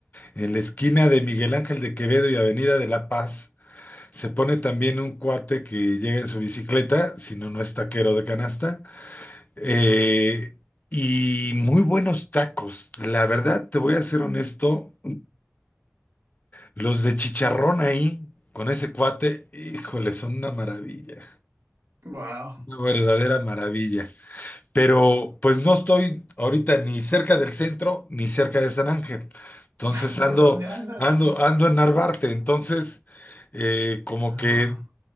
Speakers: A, on the left; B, on the right.
A: en la esquina de Miguel Ángel de Quevedo y Avenida de La Paz, se pone también un cuate que llega en su bicicleta, si no, no es taquero de canasta, eh, y muy buenos tacos. La verdad, te voy a ser honesto, los de chicharrón ahí, con ese cuate, híjole, son una maravilla,
B: Wow.
A: una verdadera maravilla. pero pues no estoy ahorita ni cerca del centro ni cerca de San Ángel. Entonces
B: <laughs>
A: ando,
B: ¿Por dónde andas?
A: ando,
B: A ver.
A: ando en Narvarte. Entonces, eh, como
B: Ah,
A: que